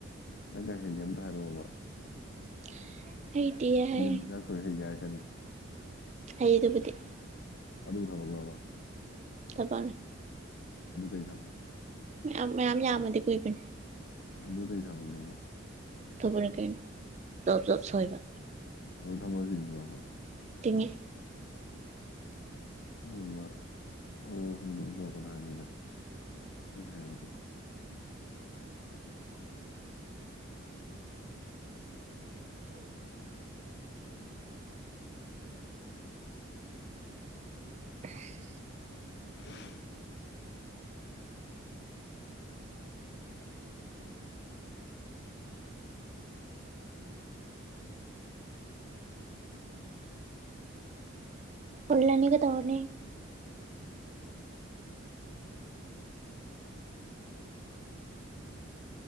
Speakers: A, on the left; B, on the right.
A: ꯅꯪ ꯀꯩ ꯍꯩꯒꯦ ꯑꯝꯇ ꯍꯥꯏꯔꯛꯑꯣꯕ꯫
B: <unintelligible> ꯍꯩ
A: ꯌꯦꯟ ꯃꯆꯤꯟꯖꯥꯛ ꯁꯣꯏ ꯍꯩꯒ ꯍꯥꯏꯔꯛꯀꯅꯤ꯫
B: ꯍꯩ ꯑꯗꯨꯕꯨꯗꯤ꯫
A: ꯑꯗꯨꯕꯨ ꯊꯕꯛꯂꯕ꯫
B: ꯊꯕꯛꯅꯦ꯫
A: ꯑꯗꯨ ꯀꯩ ꯊꯕꯛ꯫
B: ꯃꯌꯥꯝ ꯃꯌꯥꯝ ꯌꯥꯝꯃꯗꯤ ꯀꯨꯏꯕꯅꯦ꯫
A: ꯑꯗꯨ ꯀꯩ ꯊꯕꯛꯅꯣꯕ꯫
B: ꯊꯧꯕꯛꯅꯦ ꯀꯩꯅꯣ ꯖꯣꯕ ꯖꯣꯕ ꯁꯣꯏꯕ꯫
A: ꯑꯗꯨ ꯊꯕꯛ ꯆꯤꯡꯕ꯭ꯔꯕ꯫
B: ꯆꯤꯡꯉꯦ꯫
A: ꯑꯗꯨꯒꯨꯝꯕ ꯃꯊꯣꯡ ꯃꯔꯝ ꯈꯪꯗꯕꯗꯣ ꯇꯧꯔꯛꯀꯅꯣ ꯍꯥꯏꯕꯅꯤꯗ ꯑꯩꯅ ꯍꯥꯏꯕꯗꯤ꯫
B: <unintelligible>
A: <unintelligible>
B: ꯍꯨꯜꯂꯅꯤ ꯀꯩꯗꯧꯔꯨꯅꯤ꯫
A: ꯎ